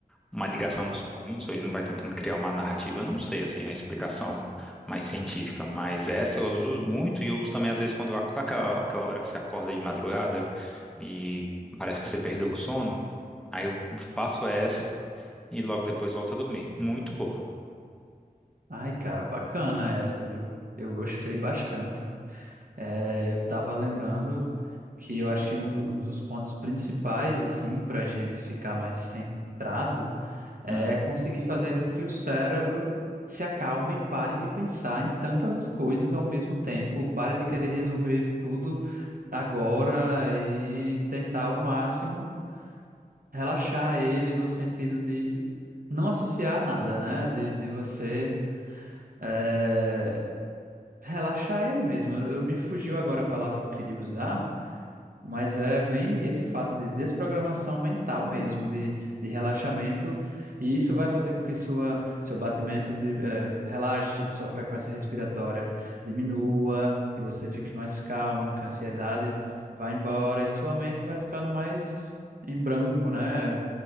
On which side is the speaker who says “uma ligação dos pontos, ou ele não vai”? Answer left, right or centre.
Centre